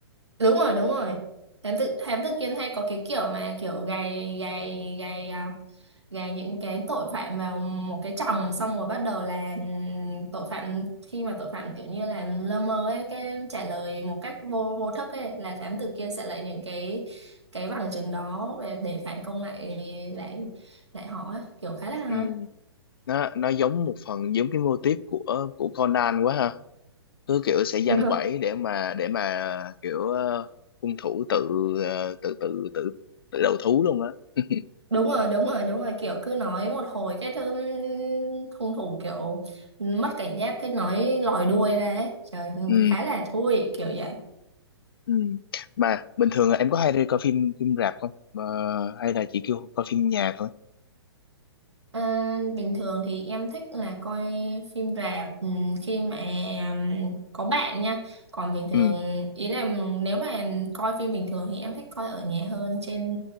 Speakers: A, on the right; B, on the left.
A: đúng rồi đúng rồi thám tử thám tử Kiên hay có cái kiểu mà kiểu gài gài gài à, gà những cái tội phạm vào một cái chồng xong rồi bắt đầu là tội phạm khi mà tội phạm kiểu như là lơ mơ ấy cái trả lời một cách vô vô thức ấy là thám tử kia sẽ lấy những cái cái bằng chứng đó để, để phản công lại lại lại họ á. kiểu khá là hay
B: ừ. nó nó giống một phần giống cái mô típ của của Conan quá ha cứ kiểu sẽ giăng
A: đúng rồi
B: bẫy
A: <laughs>
B: để mà để mà kiểu ờ, hung thủ tự ờ, tự tự tự tự đầu thú luôn á <laughs>
A: đúng rồi đúng rồi đúng rồi. kiểu cứ nói một hồi cái thứ hung thủ kiểu mất cảnh giác cái nói lòi đuôi ra ấy trời
B: ừ,
A: khá là thú vị kiểu vậy
B: ừ. mà bình thường là em có hay đi coi phim phim rạp không Ờ, hay là chỉ kêu coi phim nhà thôi
A: À, bình thường thì em thích là coi phim rạp ừm, khi mà ừm, có bạn nha. Còn bình thường
B: ừ
A: ý là nếu mà coi phim bình thường thì em thích coi ở nhà hơn trên